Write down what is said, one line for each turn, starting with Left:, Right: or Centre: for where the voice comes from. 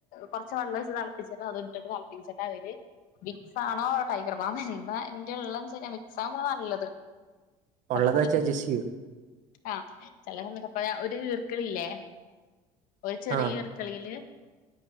Left: കുറച്ച് വെള്ളം ഒഴിച്ച് തിളപ്പിച്ചിട്ട് അത് ഇട്ടിട്ട് തിളപ്പിച്ചിട്ട അതില് വിക്സാണോ ടൈഗർ ബാം എന്താ എന്റെള്ളംക് അമാ നല്ലത്
Right: ഒള്ളത്
Left: സമയത്ത്
Right: വെച്ച് അഡ്ജസ്റ്റിയ്യും
Left: വിക്സ് ആ ചെലവ്ന്നക്കെ എപ്പഴാ ഒര് ക്കളില്ലേ ഒരു ചെറിയ
Right: ആഹ്
Left: ഈർക്കിളിയില്